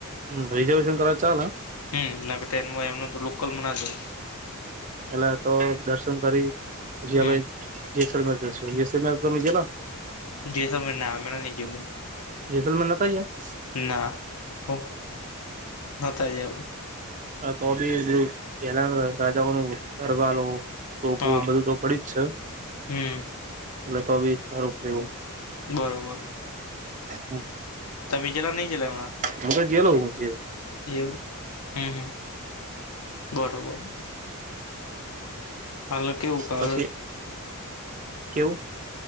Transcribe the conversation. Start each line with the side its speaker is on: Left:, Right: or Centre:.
Right: હમ્મ રિઝર્વેેશન કરાવ તો ચાલે.
Left: હમ્મ. <unintelligible> લોકલમાં ના જવાય.
Right: એેટલે તો દર્શન કરી પછી
Left: હમ
Right: આપણે જેસલમેર જશું. જેસલમેર તમે ગયેલા?
Left: જેસલમેર ના, હમણાં ની ગીયો હું.
Right: જેસલમેર નતા ગિયા?
Left: ના. હો નતા જાઉં.
Right: આ તોબી પેલા રાજાઓનું દરબારો તોપો
Left: હા
Right: બધું તો પડી જ છે,
Left: હમ
Right: એટલે તો બી સારું એવું.
Left: બરોબર.
Right: હમ્મ.
Left: તમે ગિયેલા? ની ગિયેલા વા?
Right: હું તો જિયેલો હું જે
Left: એવું? હમ્મ-હમ્મ, બરોબર. હાલે કેવું કાલ
Right: પછી કેવું?